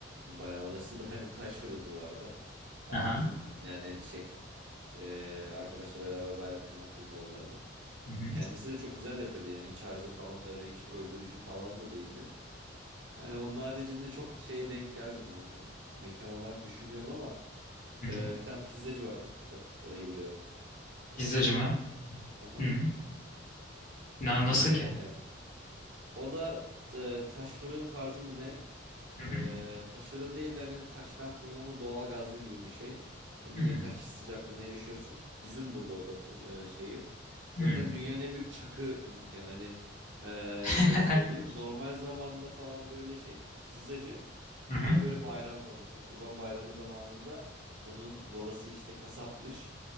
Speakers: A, on the right; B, on the left.
A: Bayağı orası da hani taş ürünlü vardı. Ama
B: Aha.
A: bizim yani şey e, arkadaşla beraber bayağı bizim okulun oradaydı.
B: Hı hı.
A: Kendisi de çok güzel yapıyordu yani iç harcı da falan da öyle iç öldürücü falan da değildi. <laughs> Hani onun haricinde çok şeye denk gelmedim hani mekan olarak düşünüyorum ama
B: Hı hı.
A: e, bir tane pizzacı var çok güzel. Orayı biliyorum.
B: Pizzacı
A: Ee,
B: mı?
A: aha.
B: Hı. Na-
A: Yine
B: Nasıl ki?
A: e, o da e, taş fırın tarzı mı ne?
B: Hı
A: Ee,
B: hı.
A: taş fırın değil de hani taştan fırın ama doğal gazlı gibi bir şey. Hani
B: Hı
A: yine taş sıcaklığına erişiyorsun. Bizim burada o da fır- e, şeyi. Zaten
B: hı.
A: dünyanın en büyük çakı dükkanı. Hani e,
B: <laughs>
A: şöyle söyleyeyim. Normal zamanında falan böyle şey. Pizzacı.
B: Hı hı.
A: Ama böyle bayram zamanı işte Kurban Bayramı zamanında bunun babası işte kasapmış.